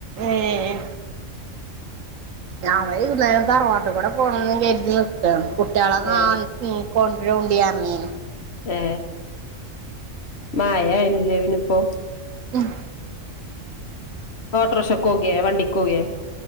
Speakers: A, on the right (about 85°); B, on the left (about 55°).
A: ഏഹ് ഞ വൈകുന്നേരം തറവാട്ട് കൂടെ പോകണം കരുതി നക്ക കുട്ടികളെ കാ
B: ഏഹ്
A: ഉം കൊണ്ടരണ്ടിയാ മീന്
B: ഏ മായനല്ലേവിനിപ്പോൊ
A: ഉം
B: ഓട്ടോർക്ഷക്കൊകെ വണ്ടിക്കോകെ